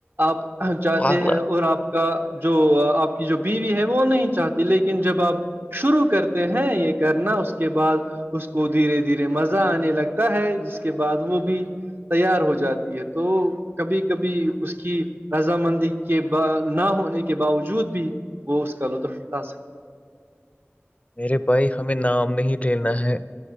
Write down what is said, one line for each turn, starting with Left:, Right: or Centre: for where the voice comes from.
Right: آپ جاتتے
Left: پاگلا
Right: ہیں اور آپ کا جو آپ کی جو بیوی ہے وہ نہیں چاہتی لیکن جب آپ شروع کرتے ہیں یہ کرنا اس کے بعد اس کو دھیرے دھیرے مزہ آنے لگتا ہے جس کے بعد وہ بھی تیار ہو جاتی ہے تو کبھی کبھی اس کی رضامندی کے نہ ہونے کے باوجود بھی وہ اس کا لطف بتا سکتے
Left: میررے بھائی ہمیں نام نہیں لینا ہے